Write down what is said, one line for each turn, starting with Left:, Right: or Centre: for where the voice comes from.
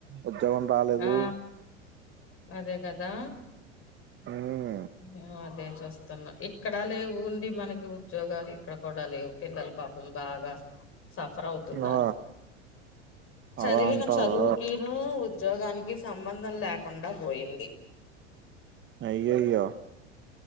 Right: ఉద్యోగం రాలేదు
Left: ఆ అదే కదా
Right: మ్మ్
Left: ఏ ఇదే చూస్తున్నాం ఇక్కడ లేవు ఉండి మనకి ఉద్యోగాలు ఇక్కడ కూడా లేవు పిల్లలు పాపం బాగా సఫర్ అవుతున్నారు
Right: ఆ
Left: చదివిన
Right: అలా అంటారా
Left: చదువుకిను ఉద్యోగానికి సంబంధం లేక ఉండా పోయింది
Right: అయ్యాయ్యో